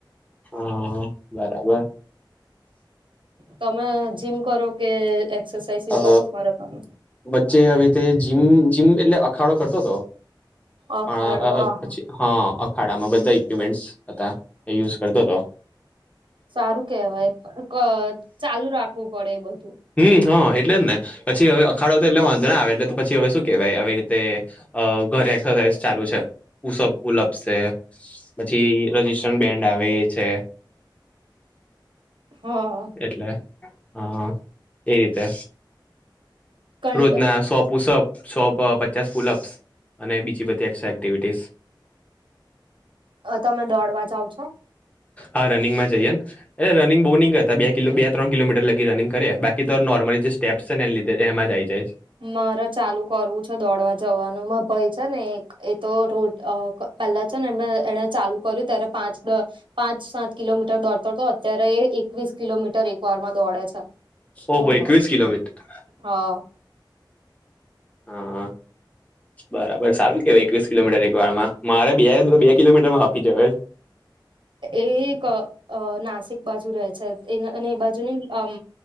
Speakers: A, on the left (about 15°); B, on the right (about 80°).
A: હા, બરાબર.
B: તમે જીમ કરો કે એક્સરસાઇઝ યોગા
A: અ
B: શું કરો તમે?
A: વચ્ચે હવે તે જીમ જીમ એટલે અખાડો કરતો તો.
B: અખાડો
A: પણ અહ
B: આહા
A: પછી હા અખાડામાં બધા ઈક્વિપમેન્ટસ હતા. એ યુઝ કરતો તો.
B: સારું કેહેવાય ક ચાલુ રાખવું પડે એ બધું.
A: હમ્મ હા એટલે જ ને પછી હવે અખાડો તો એટલે વાંધો આવે એટલે તો પછી હવે શું કેહેવાય આવી રીતે અહ ઘરે એક્સરસાઇઝ ચાલુ છે પુશઅપ પુલઅપ છે. પછી રજીસ્ટ્રન બેન્ડ આવે છે.
B: હા.
A: એટલે હા એ રીતે.
B: કન
A: રોજના સો પુશઅપ સો પચાસ અપશ. અને બીજી બધી એક્સ્ટ્રા એક્ટિવિટીસ.
B: અહ તમે દોડવા જાવ છો?
A: હા, રનિંગમાં જઈએ એ રનિંગ બહું નહીં કર તા બે કિલો બે ત્રણ કિલોમીટર લગી રનિંગ કરીે બાકી તો નોર્મલી જે સ્ટપ્સ ને લીધ એમાં જ આવી જાય.
B: મારે ચાલુ કરવું છે દોડવા જવાનું માર ભઈ છે ને એક એ તો રો અહ ક પેલા છે ને એને એણે ચાલુ કર્યું ત્યારે પાંચ દ પાંચ સાત કિલોમીટર દોડતો તો અત્યારે એકવીસ કિલોમીટર એક વાર માં દોડે છે.
A: ઓહ ભઈ એકવીસ કિલોમીટર.
B: હા.
A: હા, હા. બરાબર સારું કેવાય એકવીસ કિલોમીટર એક વારમાં. મારે બે બે કિલોમીટર માં હાપી જવાએ.
B: એ કા આ નાસિક બાજુ રહે છે. એ અને એ બાજુ આમ